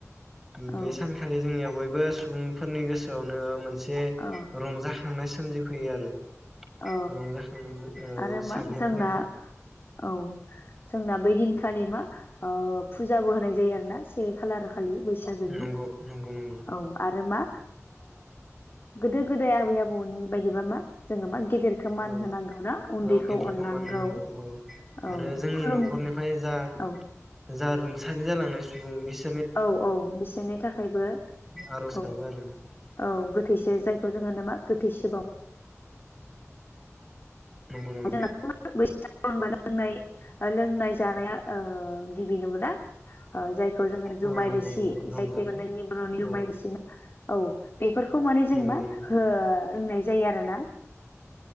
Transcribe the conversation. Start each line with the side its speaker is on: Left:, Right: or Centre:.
Centre: <unintelligible>
Left: औ
Centre: बे सानखालि जोंनिया बय बो सुबुंफोरनि गोसोआवनो मोन से
Left: औ
Centre: रंजा खांनाय सोमजिफैयो आरो
Left: औ
Centre: रंजाखांनाय ओ
Left: आरो मा
Centre: साग्लोबफैयो
Left: जोंना औ जोंना बै दिनखालि मा ओ फुजाबो होनाय जायो आरो ना से खालार खालि बैसागोनि
Centre: नंगौ नंगौ नंगौ
Left: औ आरो मा गोदो गोदाय आबै आबौनि बायदिबा मा जोंङो मा गेदेरखौ मान
Centre: औ
Left: होनांगौ ना उन्दैखौ
Centre: औ गेदेरखौ
Left: अननांगौ
Centre: मान होनांगौ औ
Left: औ
Centre: आरो जोंनि
Left: खुलुम
Centre: नखरनिफ्राय जा
Left: औ
Centre: जा रुंसारि जालांनाय सुबुं बिस
Left: औ औ बिसोरनि थाखायबो
Centre: आर'ज
Left: औ
Centre: गाबो आरो
Left: औ गोथैसो जायखौ होनो मा गोथैसोब
Centre: औ नंगौ नंगौ
Left: जोंना <unintelligible> लोंनाय लोंनाय जानाया ओ गिबि नंगौना? जायखौ जोंङो जुमाय
Centre: औ नंगौ
Left: रिसि
Centre: नंगौ रंजानाय
Left: जि आइ टेग मोननायनि बरनि जुमाय
Centre: औ
Left: रिसि ना औ बेफोरखौ माने जों
Centre: नंगौ
Left: मा
Centre: नंगौ
Left: हो लोंनाय जायो आरो ना